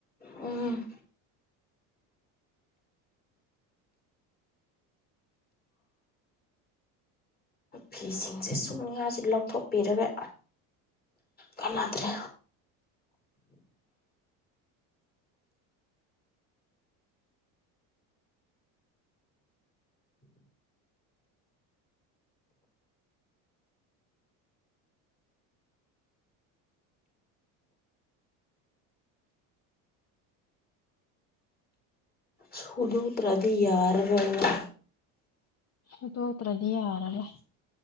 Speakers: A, on the left (about 25°); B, on the left (about 40°).
A: ꯎꯝ꯫ ꯐꯤꯁꯤꯡꯁꯦ ꯁꯨꯅꯤꯡꯉꯁꯤ ꯂꯧꯊꯣꯛꯄꯤꯔꯒ ꯀꯥꯟꯅꯗ꯭ꯔꯦ꯫ ꯁꯨꯗꯣꯛꯇ꯭ꯔꯗꯤ ꯌꯥꯔꯔꯣꯏꯕ꯫
B: ꯁꯨꯗꯣꯛꯇ꯭ꯔꯗꯤ ꯌꯥꯔ ꯔꯣꯏ